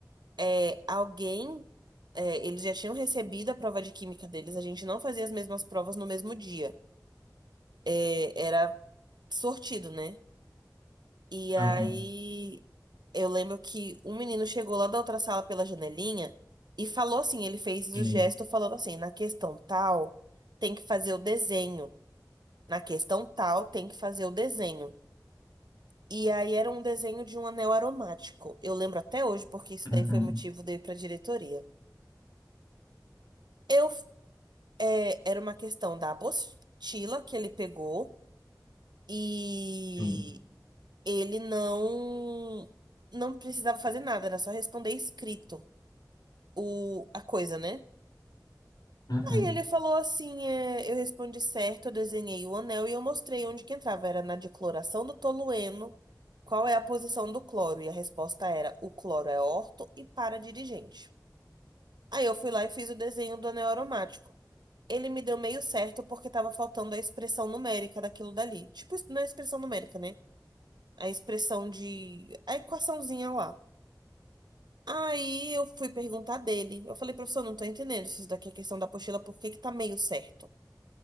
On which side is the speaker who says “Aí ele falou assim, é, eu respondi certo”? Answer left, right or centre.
Right